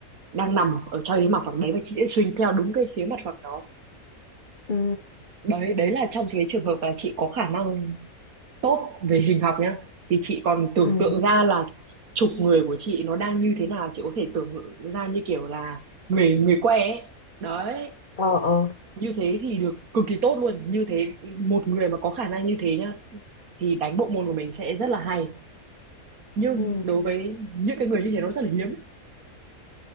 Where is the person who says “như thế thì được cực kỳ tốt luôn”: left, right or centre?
Right